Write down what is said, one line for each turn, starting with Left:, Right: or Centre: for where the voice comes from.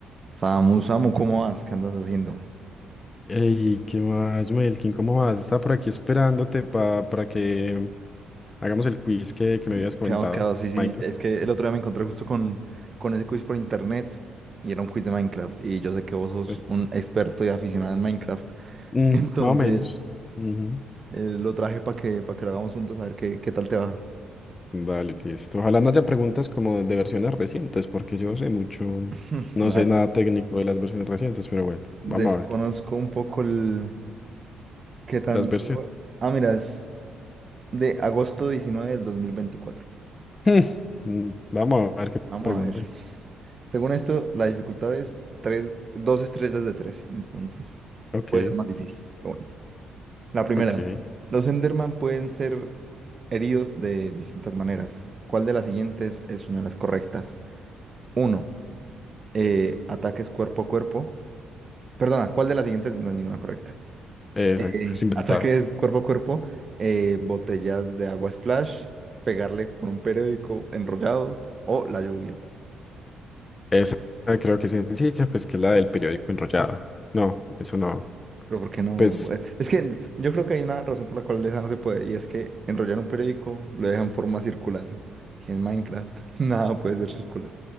Right: Samu, Samu, ¿cómo vas? ¿Qué andas haciendo?
Left: Ey, ¿qué más, Melkin? ¿Cómo vas? Estaba por aquí esperándote pa- para que hagamos el quiz que, que me habías comentado.
Right: ¿Qué habíamos quedado? Sí, sí,
Left: Minecraft.
Right: es que
Left: Ujú.
Right: el otro día me encontré justo con, con ese quiz por internet y era un quiz de Minecraft y yo sé que vos sos
Left: Eh,
Right: un experto y aficionado en Minecraft, <laughs>
Left: mm,
Right: entonces
Left: más o menos. Ujú.
Right: eh, lo traje para que, para que lo hagamos juntos a ver qué, qué tal te va.
Left: Dale, listo. Ojalá no haya preguntas como de versiones recientes, porque yo sé mucho,
Right: <laughs>
Left: no
Right: La
Left: sé
Right: verdad,
Left: nada técnico de las versiones recientes, pero bueno,
Right: desconozco
Left: vamos a ver.
Right: un poco el qué tan...
Left: Las versiones.
Right: Ah, mira, es de agosto diecinueve del dos mil veinticuatro
Left: <laughs> Mm, Vamos a ver qué
Right: Vamos
Left: preguntan.
Right: a ver. Según esto, la dificultad es tres, dos estrellas de tres, entonces
Left: Ok,
Right: puede ser más difícil. pero bueno. La primera,
Left: ok.
Right: los Enderman pueden ser heridos de distintas maneras. ¿Cuál de las siguientes es una de las correctas? Uno, eh, ataques cuerpo a cuerpo. Perdona, ¿cuál de las siguientes no es ninguna correcta?
Left: Exacto,
Right: Eh,
Left: es inventada.
Right: ataques cuerpo a cuerpo, eh, botellas de agua splash, pegarle con un periódico enrollado o la lluvia.
Left: Esa creo que es sencilla, pues que es la del periódico enrollado. No, eso no.
Right: Pero ¿por qué no?
Left: Pues,
Right: Eh, Es que yo creo que hay una razón por la cual esa no se puede, y es que enrollar un periódico lo deja en forma circular. Y en Minecraft <laughs> nada puede ser circular.